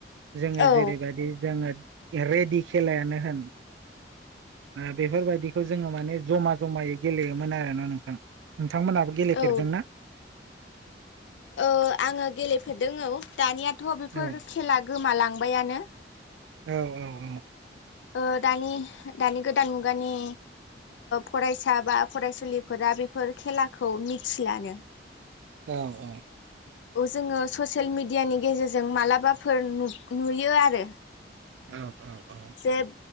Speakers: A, on the right (about 90°); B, on the left (about 85°).
A: जोङो
B: औ
A: जेरैबायदि जोङो रेडि खेलायानो होन बेफोरबायदिखौ जोङो माने जमा जमायै गेलेयोमोन आरोना नोंथां नोंथांमोनहाबो गेलेफेरदों
B: औ
A: ना
B: ओ आङो गेलेफेरदों औ दानियाथ' बेफोर
A: औ
B: खेला गोमालांबायानो
A: औ औ औ
B: ओदानि दानि गोदान मुगानि फरायसा बा फरायसुलिफोरा बेफोर खेलाखौ मिथिलानो
A: औ औ
B: जोङो ससियेल मिडियानि गेजेरजों मालाबाफोर नुयो आरो।
A: औ औ औ
B: बे